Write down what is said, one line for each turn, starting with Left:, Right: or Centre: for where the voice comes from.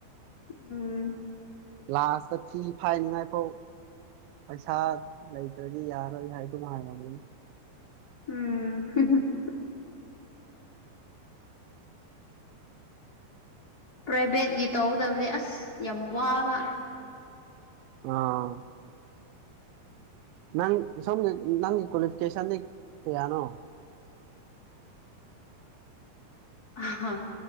Left: ꯎꯝ
Right: ꯂꯥꯁꯇ ꯊꯨ ꯐꯥꯏꯅꯤꯡꯉꯥꯏ ꯐꯥꯎ ꯄꯩꯁꯥ ꯂꯩꯇ꯭ꯔꯗꯤ ꯌꯥꯔꯣꯏ ꯍꯥꯏꯗꯨꯝ ꯍꯥꯏꯔꯝꯒꯅꯤ
Left: ꯎꯝ ꯄ꯭ꯔꯥꯏꯚꯦꯠꯀꯤ ꯇꯧꯒꯗꯕꯅꯤ ꯑꯁ ꯌꯥꯝ ꯋꯥꯕ
Right: ꯑꯥ ꯅꯪ ꯁꯣꯝꯒꯤ ꯅꯪꯒꯤ ꯀ꯭ꯋꯥꯂꯤꯐꯤꯀꯦꯁꯟꯗꯤ ꯀꯌꯥꯅꯣ
Left: ꯑꯍꯥ